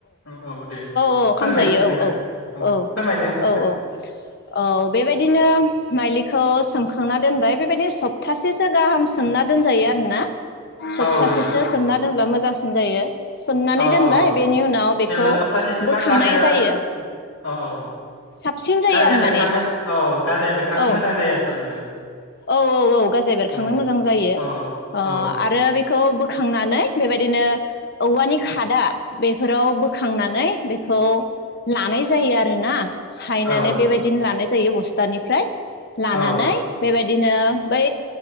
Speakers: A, on the left (about 65°); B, on the left (about 45°).
A: औ औ दे
B: औ खामजायो
A: फोरमायथों नोंथां।
B: औ औ
A: फोरमायदो नोंथां
B: औ औ औ बेबायदिनो माइलिखौ। सोमखांना दोनबाय बेबायदि सप्तासेसो गाहाम सोमना दोनजायो आरो ना। सप्तासेसो
A: औ नोंथां औ
B: सोमना दोनब्ला मोजां। जायो। सोमनानै
A: औ
B: दोनबाय
A: औ
B: बेनि उनाव बेखौ
A: जेब्ला सप्तासेसिमबा
B: बोखांनाय
A: गाजाया
B: जायो।
A: औ औ
B: साबसिन जायो
A: गाजाया
B: आरो
A: बेरखांनो
B: माने
A: औ गाजाया बेरखांनो
B: औ
A: मोजां जायो आरो थारमाने नोंथां।
B: औ औ औ गाजै बेरखांनो
A: उम
B: मोजां जायो
A: औ
B: ओ
A: औ
B: आरो बेखौ। खोंनानै बेबायदिनो औवानि खादा बे। फोराव बोखांनानै बे। खौ लानाय जायो आरो ना। हायनानै
A: औ
B: बेबायदिनो लानाय। जायो बस्थानिफ्राय। लानानै।
A: औ
B: बेबायदिनो बै